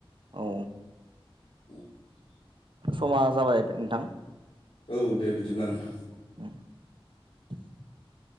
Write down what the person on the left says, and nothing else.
<unintelligible>
औ दे बिदिब्ला नोंथां।